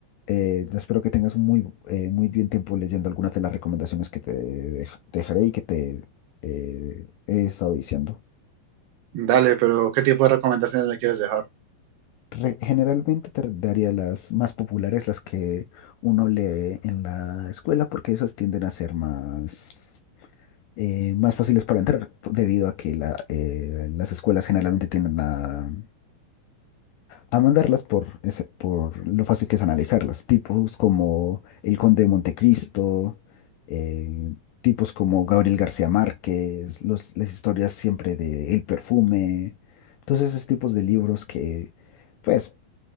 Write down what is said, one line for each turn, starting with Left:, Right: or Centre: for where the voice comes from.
Left: eh, espero que tengas un muy, eh, muy bien tiempo leyendo algunas de las recomendaciones que te dej- dejaré y que te eh, he estado diciendo.
Right: Dale, pero ¿qué tipo de recomendaciones le quieres dejar?
Left: Re- generalmente te daría las más populares, las que uno lee en la escuela, porque esas tienden a ser más, eh, más fáciles para entrar, debido a que la, eh, las escuelas generalmente tienden a a mandarlas por, ese- por lo fácil que es analizarlas. Tipos como El Conde de Montecristo, eh, tipos como Gabriel García Márquez, los- las historias siempre de El Perfume, todos esos tipos de libros que pues